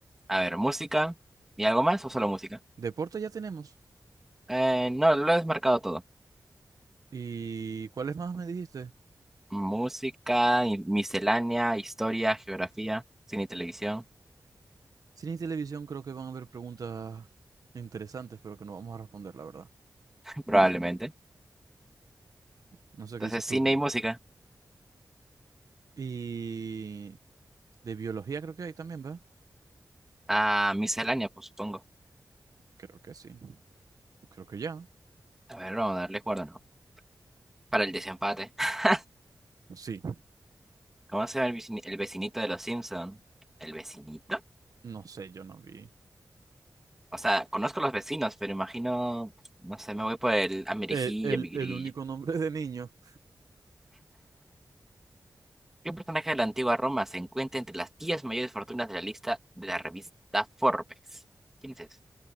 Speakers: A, in the centre; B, on the right.
A: A ver, música y algo más o solo música.
B: Deporte ya tenemos.
A: Eh, no, lo he desmarcado todo.
B: ¿Y cuáles más me dijiste?
A: Música, y- miscelánea, historia, geografía, cine y televisión,
B: Cine y televisión creo que van a haber preguntas interesantes, pero que no vamos a responder, la verdad.
A: <laughs> probablemente.
B: No sé qué
A: Entonces,
B: dices
A: cine
B: tú.
A: y música.
B: Y de biología creo que hay también, ¿verdad?
A: Ah, miscelánea, pues supongo.
B: Creo que sí. Creo que ya.
A: A ver, vamos a darle cuerda, ¿no? Para el desempate. <laughs>
B: Sí.
A: ¿Cómo se llama el vicini- el vecinito de los Simpson? ¿El vecinito?
B: No sé, yo no vi.
A: O sea, conozco los vecinos, pero imagino, no sé, me voy por el amiguijillo,
B: El, el,
A: amiguirillo.
B: el único nombre de niño.
A: ¿Qué personaje de la antigua Roma se encuentra entre las 10 mayores fortunas de la lista de la revista Forbes? ¿Quién es? ese?